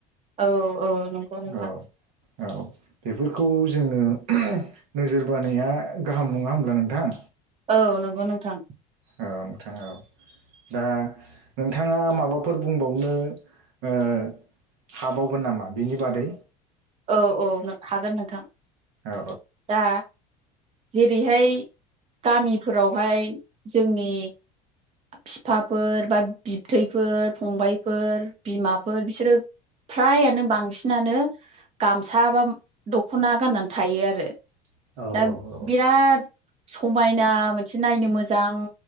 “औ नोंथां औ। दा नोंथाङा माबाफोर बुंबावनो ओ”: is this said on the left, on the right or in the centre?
Right